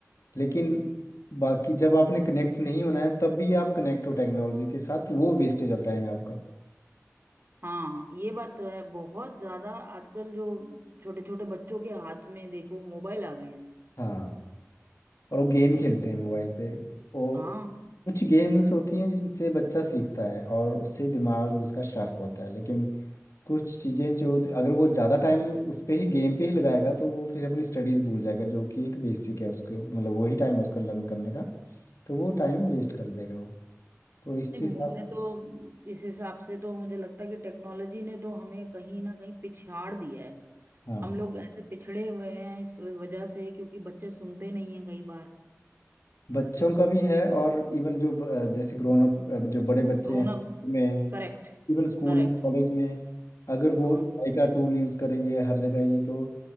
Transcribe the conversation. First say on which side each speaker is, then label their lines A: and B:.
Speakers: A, on the left; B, on the right.
A: लेकिन बाकी जब आपने कनेक्ट नहीं होना है तब भी आप कनेक्ट हो टेक्नोलॉजी के साथ वो वेस्टेज ऑफ टाइम है आपका
B: हाँ ये बात तो है बहुत ज्यादा आजकल जो छोटे छोटे बच्चों के हाथ में देखो मोबाइल आ गए हैं
A: हाँ और वो गेम खेलते हैं मोबाइल पे वो
B: हाँ
A: कुछ गेम्स होती हैं जिनसे बच्चा सीखता है और उससे दिमाग उसका शार्प होता है लेकिन कुछ चीज़ें जो अगर वो ज़्यादा टाइम उस पे ही गेम पे ही लगाएगा तो वो फिर अपनी स्टडीज़ भूल जाएगा जो कि एक बेसिक है उसको मतलब वही टाइम है उसको लर्न करने का तो वो टाइम वेस्ट कर देगा वो तो इस
B: नहीं
A: हिसाब
B: मुझे
A: से
B: तो इस हिसाब से तो मुझे लगता है कि टेक्नोलॉजी ने तो हमें कहीं ना कहीं पिछाड़ दिया है
A: हाँ
B: हम लोग ऐसे पिछड़े हुए हैं इस वजह से क्योंकि बच्चे सुनते नहीं हैं कई बार
A: बच्चों का भी है और इवन जो ब- जैसे ग्रोन अप जो बड़े बच्चे
B: Grown
A: हैं
B: ups
A: में
B: करेक्ट
A: इवन स्कूल
B: करेक्ट
A: में कॉलेज में अगर
B: हाँ
A: वो एआई का टूल यूज़ करेंगे हर जगह ही तो